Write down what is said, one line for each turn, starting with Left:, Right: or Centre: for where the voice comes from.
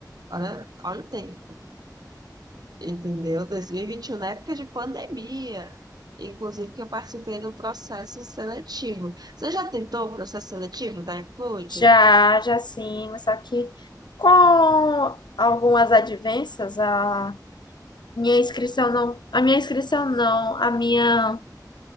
Right: Olha, olha o tempo, entendeu? 2021, na época de pandemia. Inclusive que eu participei do processo seletivo. Você já tentou o processo seletivo da Include?
Left: Já, já sim, mas só que com algumas advências, a minha inscrição não, a minha inscrição não, a minha,